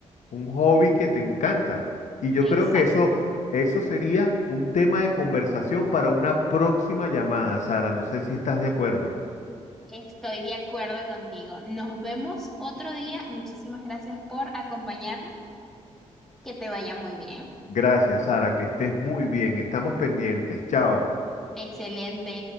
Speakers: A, on the left (about 70°); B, in the centre.
A: un hobby que te encanta. Y yo
B: Exacto,
A: creo que eso, eso sería un tema de conversación para una próxima llamada, Sara. No sé si estás de acuerdo.
B: estoy de acuerdo contigo. Nos vemos otro día. Muchísimas gracias por acompañarme. Que te vaya muy bien.
A: Gracias, Sara, que estés muy bien. Estamos pendientes. Chao.
B: Excelente.